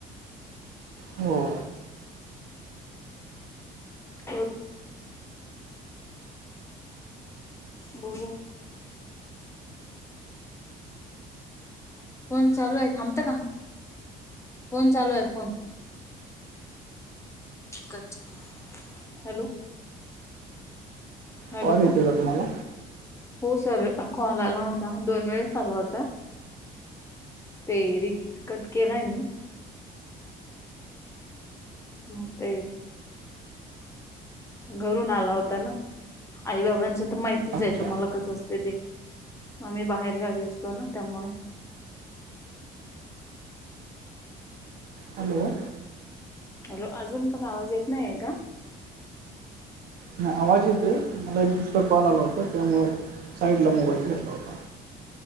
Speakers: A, on the right; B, on the left.
A: हो.
B: करू. बघू. <inaudible> फोन चालू आय थांबत का फोन चालू आय phone. Cut hello. Hello
A: call येतोय का तुम्हाला?
B: हो सर अखोल आला होता दोन वेळेस आला होता. ते रिकत केलाय मी. मो ते. घरून आला होता ना आई बाबांच तर माहितीच
A: अच्छा.
B: आहे तुम्हाला कसं असत. तेथे आम्ही बाहेर गावी असतो ना त्यामुळे.
A: हॅलो.
B: हॅलो अजून पण आवाज येत नाहीय का?
A: नाही आवाज येतोय मला एक दुसरा कॉल आला होता त्यामुळं साईडला मोबाईल घेतला होता.